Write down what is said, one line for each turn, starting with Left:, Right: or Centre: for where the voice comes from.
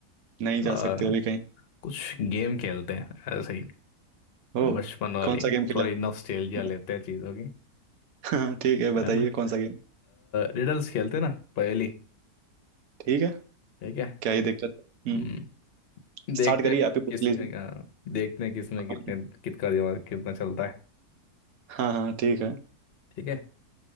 Right: नहीं जा
Left: आ,
Right: सकते अभी कहीं
Left: कुछ गेम खेलते हैं ऐसे ही
Right: हो
Left: बचपन वाली
Right: कौन सा गेम खेला
Left: थोड़ी नॉस्टैल्जिया
Right: <laughs>
Left: लेते हैं चीजों की
Right: हाँ, ठीक है बताइए
Left: है ना
Right: कौन सा गेम
Left: रिडल्स खेलते हैं ना पहेली
Right: ठीक है
Left: ठीक है
Right: क्या ही दिक्कत है हम्म
Left: हम्म, देखते
Right: स्टार्ट करिए
Left: हैं
Right: आप ही पूछ
Left: किस
Right: लीजिए
Left: अ, देखते हैं किसमें
Right: कौन
Left: कितने किसका दिमाग कितना चलता है
Right: हाँ हाँ ठीक है
Left: ठीक है